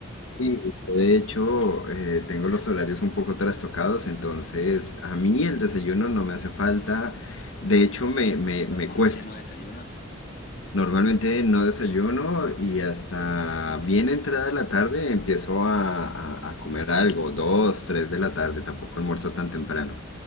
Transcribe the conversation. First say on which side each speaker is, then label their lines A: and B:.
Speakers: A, on the left (about 80°); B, on the left (about 50°).
A: sí, de hecho eh, tengo los horarios un poco trastocados, entonces a mí el desayuno no me hace falta, de hecho me, me,
B: <laughs> Normalmente
A: me cuesta.
B: no desayunas.
A: Normalmente no desayuno y hasta bien entrada la tarde empiezo a, a a comer algo, dos, tres de la tarde, tampoco almuerzo tan temprano.